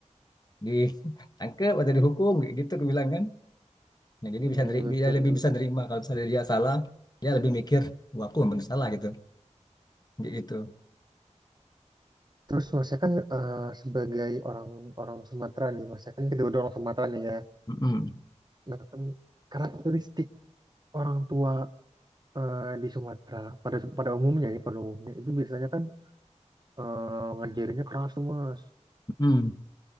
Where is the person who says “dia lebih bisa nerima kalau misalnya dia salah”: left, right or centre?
Left